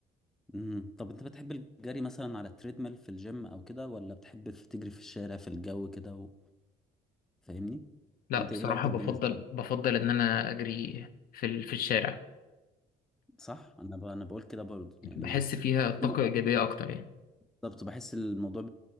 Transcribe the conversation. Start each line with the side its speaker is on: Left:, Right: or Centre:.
Centre: مم. طب انت بتحب الجري مثلا على التريدميل في الجيم او كده ولا بتحب في- تجري في الشارع في الجو كده و... فاهمني
Left: لا
Centre: انت
Left: بصراحه
Centre: ايه الافضل
Left: بفضل
Centre: بالنسبه لك
Left: بفضل ان انا اجري في ال- في الشارع
Centre: صح انا ب... انا بقول كده برضو يعني
Left: بحس فيها طاقه
Centre: م-
Left: ايجابيه اكتر يعني
Centre: بالظبط بحس الموضوع